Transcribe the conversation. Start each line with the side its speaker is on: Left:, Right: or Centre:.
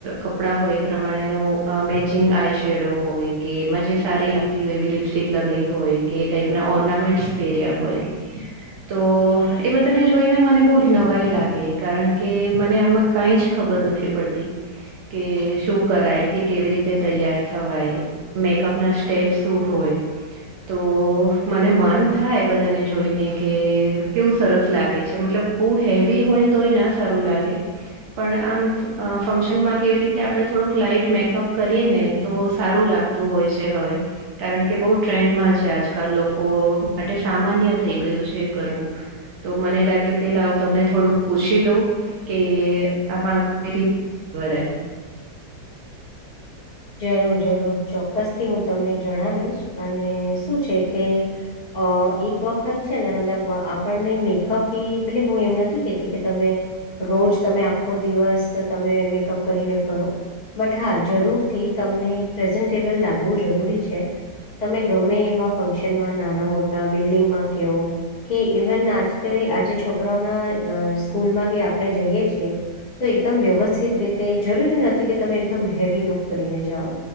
Right: કપડાં હોય એ પ્રમાણે ન મેચિંગ આઈ શેડો હોય કે મજે સારી લગતી હોય એવી લિપસ્ટિક લગાવી હોય કે એ ટાઈપના ઓર્નામેન્ટસ પહેર્યા હોય હ તો એ બધાને જોઈને મને બહુ નવાઈ લાગે કારણ કે મને આમાં કઈ જ ખબર નથી પડતી કે શું કરાય કે કેવી રીતે તૈયાર થવાય મેકઅપ ના સ્ટેપ શું હોય તો મને મન થાય બધાને જોઈને કે કેવું સરસ લાગે છે, મતલબ બહુ હેવી હોય તો એ ના સારું લાગે પણ આમ અ ફંક્શનમાં કેવી રીતે આપણે થોડુંક લાઈટ મેકઅપ કરીએ ને તો સારું લાગતું હોય છે, હવે કારણ કે બહુ ટ્રેન્ડમાં છે આજકાલ લોકો માટે સામાન્ય થઈ ગયું છે, એ કરવું તો મને લાગ્યું કે લાવ તમને થોડુંક પૂછી લઉં કે આપણાથી કઇ રીતે કરાય
Left: જરૂર જરૂર ચોક્કસથી હું તમને જણાવીશ અને શું છે, કે અ એક વખત છે ને મતલબ આપણને મેકઅપ ભલે હું એમ નથી કેતી કે તમે રોજ તમે આખો દિવસ તમે મેકઅપ કરીને ફરો બટ હા જરૂર થી તમને પ્રેઝન્ટેબલ લાગવું જરૂરી છે, તમે ગમે એવા ફંક્શનમાં નાના મોટા બિલ્ડિંગમાં કયો કે ઈવન આજકાલ આજે છોકરાઓના સ્કૂલમાં બી આપણે જઈએ છીએ તો એકદમ વ્યવસ્થિત રીતે જરૂરી નથી કે તમે એકદમ હેવી લુક કરીને જાઓ